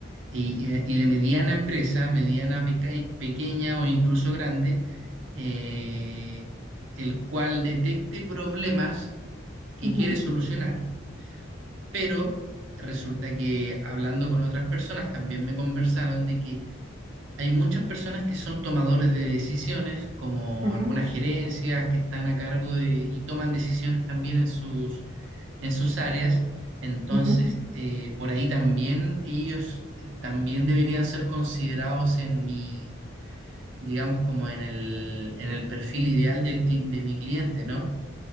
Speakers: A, on the right (about 70°); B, on the right (about 25°).
A: y, y de mediana empresa, mediana, peca- pequeña o incluso grande, eh, el cual detecte problemas que
B: Ujú,
A: quiere solucionar, pero... Resulta que hablando con otras personas también me conversaron de que Hay muchas personas que son tomadores de decisiones, como
B: ujú,
A: algunas gerencias que están a cargo de y toman decisiones también en sus, en sus áreas. Entonces,
B: ujú.
A: eh, por ahí también ellos eh, también deberían ser considerados en mi, digamos, como en el, en el perfil ideal del cli- de mi cliente, ¿no?